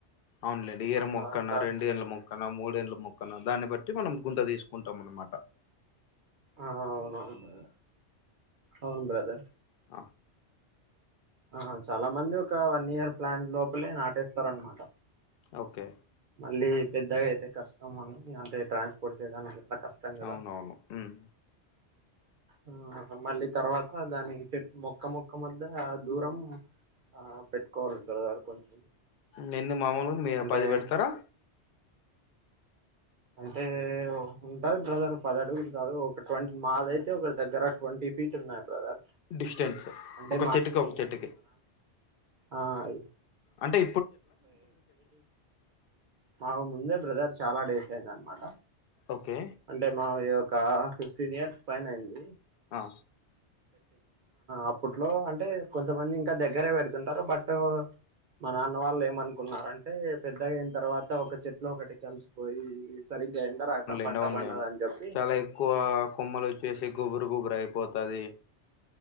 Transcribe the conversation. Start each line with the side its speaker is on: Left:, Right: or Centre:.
Left: అవునులేండి. ఇయర్
Right: ఆ
Left: మొక్కన్నా రెండు ఎళ్ల మొక్క ఆ మూడెండ్ల మొక్కన దాన్ని బట్టి మనం గుంత తీసుకుంటాం. అనమాట
Right: ఆ అవునవును బ్రదర్ అవును బ్రదర్
Left: ఆ
Right: ఆ చాలా మంది ఒక వన్ ఇయర్ ప్లాంట్ లోపలే నాటేస్తార అనమాట
Left: ఓకే
Right: మళ్ళీ పెద్దగా అయితే కష్టం అని అంటే ట్రాన్స్పోర్ట్ చేయడానికి ఇట్లా కష్టం కదా
Left: అవునవును హ్మ్
Right: ఆ మళ్ళీ తర్వాత దాని చెట్టు మొక్క మొక్క మద్య దూరం ఆ పెట్టుకోవాలి. బ్రదర్ కొంచెం
Left: నెన్ని మామూలు మీ <unintelligible>
Right: అంటే
Left: పది పెడతారా
Right: అంటే ఉంటది. బ్రదర్ పద అడుగులు కాదు. ఒక ట్వంటి మాది అయితే ఒకరి దగ్గర ట్వంటీ ఫీట్ ఉన్నాయి. బ్రదర్
Left: డిస్టెన్స్
Right: అంటే
Left: ఒక చెట్టుకి ఒక చెట్టుకి
Right: హాయ్
Left: అంటీ
Right: మావి ముందే బ్రదర్ చాలా డేస్ అయింద అనమాట
Left: ఓకే.
Right: అంటే మావయ్యో ఒక ఫిఫ్టీన్ ఇయర్స్ పైన అయింది.
Left: ఆ!
Right: అప్పట్లో అంటే కొంతమంది ఇంకా దగ్గరే పెడుతుంటారు. బట్ మా నాన్న వాళ్ళు ఏమనుకున్నారు. అంటే పెద్దగా అయిన తర్వాత ఒక చెట్లులో ఒకటి కలిసిపోయి సరిగ్గా ఎండ రాక పంట
Left: అవునులెండి
Right: పండదని చెప్పి
Left: చాలా ఎక్కువా కొమ్మలొచ్చేసి గుబు పురుగు గురి అయిపోతది